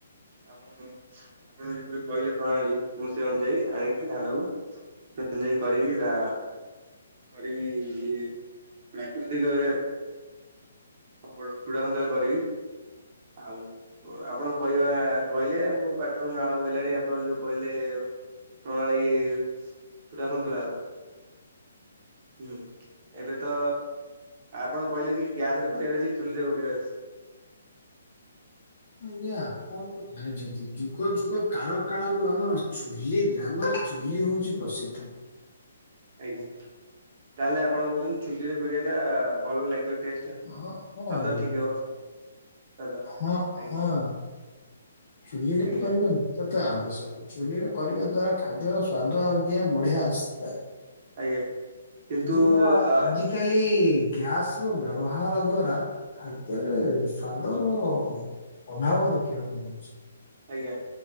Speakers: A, on the right; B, on the left.
A: ଆପଣ ଆପଣ ଯେପରି କହିଲେ ପ୍ରଣାଳୀ ମୁଁ ସେ ଅନୁଯାୟୀ ଆଣିକି ଧାନକୁ ଏଞଜାଇ କରିକି ତା କରିବି ଇଏ ପ୍ରାକୃତିକରେ ଚୂଡ଼ା ସନ୍ତରା କରିବି ଆଉ ଓ ଆପଣ କହିବା କହିଲେ ମୋ ପାଟିରୁ ନାଳ ବୋଇଲାଣି ଆପଣ ଯୋଉ କହିଲେ ପ୍ରଣାଳୀ ଛୁଟା ସନ୍ତୁଳାର ହୁଁ ଏବେ ତ ଆପଣ କହିଲେନି କି ଗ୍ୟାସ ରେ କରିବାର ଅଛି। ଚୁଲିରେ କରିବାର ଅଛି।
B: ଆଜ୍ଞା ଆପଣ ତ ଜାଣିଛନ୍ତି ଯୁଗ ଯୁଗ କାଳ କାଳରୁ ଆମ ଚୁଲି ଗ୍ରାମରେ ଚୁଲି ହଉଛି ପ୍ରସିଦ୍ଧ
A: ଆଜ୍ଞା ତାହେଲେ ଆପଣ କହୁଛନ୍ତି ଚୁଲିରେ କରିବା ଟା ଭଲ ଲାଗିବ ଟେଷ୍ଟ ସଵାଦ
B: ହଁ ହଁ ଆଜ୍ଞା
A: ଠିକ ହବ। ସ୍ୱାଦ
B: ହଁ
A: ଆଜ୍ଞା
B: ହଁ ଚୁଲିରେ
A: ଆଜ୍ଞା
B: କରିବା ନିିତ୍ୟ ତ ଆବଶ୍ୟକ ଚୁଲିରେ କରିବା ଦ୍ଵାରା ଖାଦ୍ୟ ସ୍ଵାଦ ଆଜ୍ଞା ବଢିଆ ଆସିଥାଏ।
A: ଆଜ୍ଞା କିନ୍ତୁ
B: ଆଜିିକା
A: ଅ
B: ଆଜିିକାଲି ଗ୍ୟାସ ର ବ୍ୟବହାର ଦ୍ଵାରା ଖାଦ୍ୟରେ ସ୍ଵାଦର ଅଭାବ ଦେଖିବାକୁ ମିଳୁଛି।
A: ଆଜ୍ଞା